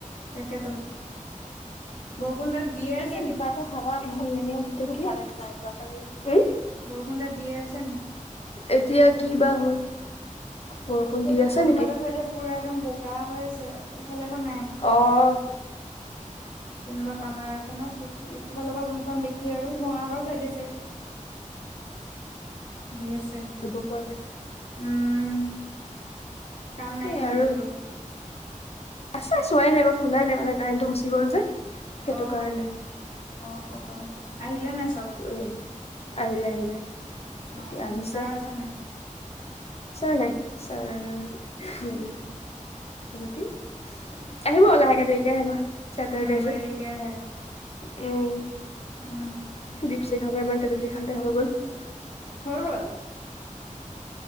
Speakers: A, on the left; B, on the left.
A: তাকেতো। বৰষুণ তাত দিয়ে
B: এইটো
A: আছে নি?
B: <inaudible>
A: বৰষুণ তাত দিয়ে আছে নি?
B: এতিয়া কি বা হ'ল! বৰষুণ
A: সেইটো
B: দি আছে
A: কোনোবা
B: নেকি?
A: এটা চাইডে পুৰা একদম বোকা হৈ আছে, ইফালে আকৌ নাই।
B: অ'।
A: কোনোবা পাহাৰ এখনত দেখোঁ, দেখোঁ ফালৰ পৰা যোনখন দেখি আৰু বঙাঘৰ চাইডে চাগৈ। দি আছে।
B: ব পোৱা নাই।
A: উম। কাম নাই
B: সেই
A: নেকি
B: আৰু
A: এতিয়া তোৰ?
B: আছে, চোৱাই নাই বা খোলাই নাই মানে কাৰেণ্টটো গুচি গ'ল যে।
A: অ',
B: সেইটো কাৰণে
A: অ', অ', আহিলে নাছিল ব,
B: এ আহিলে আহিলে
A: অ',
B: এতিয়া আহিছে
A: ছাৰ আছে নাই?
B: ছাৰ নাই, ছাৰ এইটো কি, আহিব আৰু লাহেকে দেৰিকে <unintelligible> চেটাৰডে
A: শনিবাৰে
B: যে
A: দেৰিকে আহে
B: উম'।
A: উম।
B: দীপচিখা বা তেতেলী খালে হৈ গ'ল।
A: হৈ গ'ল!